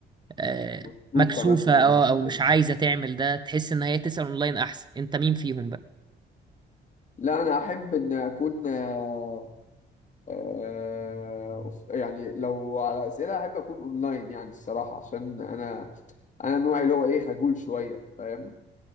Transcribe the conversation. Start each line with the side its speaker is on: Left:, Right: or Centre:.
Right: آه،
Left: مكتوفة
Right: مكسوفة
Left: مثلا محفظة
Right: اه او مش عايزة تعمل ده تحس ان هي تسأل اونلاين احسن انت مين فيهم بقى
Left: لا انا احب ان اكون آه، آه، أوف- يعني لو على اسئله احب اكون اونلاين يعني الصراحه عشان انا انا نوعي اللي هو ايه خجول شويه فاهم